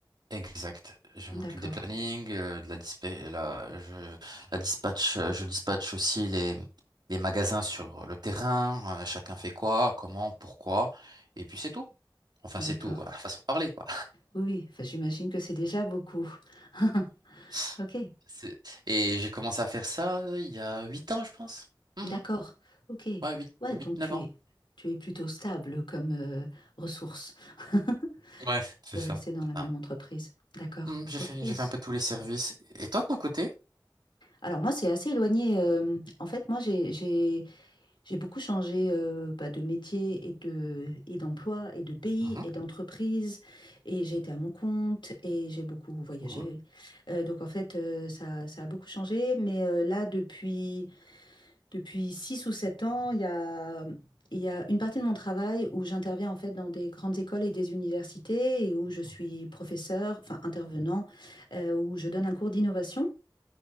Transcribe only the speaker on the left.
D'accord.
D'accord.
Oui, oui. Enfin, j'imagine que c'est déjà beaucoup. <laughs>
Ok.
D'accord, ok.
Ouais,
donc
tu
es, tu es plutôt stable comme euh, ressource. <laughs>
Tu
es resté dans
la même
entreprise. D'accord,
ok.
S-
Alors moi, c'est assez éloigné. euh, en fait, moi, j'ai, j'ai, j'ai beaucoup changé euh, bah, de métier et de, et d'emploi et de pays
et d'entreprise. Et j'ai été à mon compte et j'ai beaucoup voyagé.
oui. Euh, donc en fait, euh, ça, ça a beaucoup changé. Mais euh, là, depuis... Depuis 6 ou 7 ans, il y a, il y a une partie de mon travail où j'interviens en fait dans des grandes écoles et des universités et où je suis
professeur, enfin intervenant, euh, où je donne un cours d'innovation.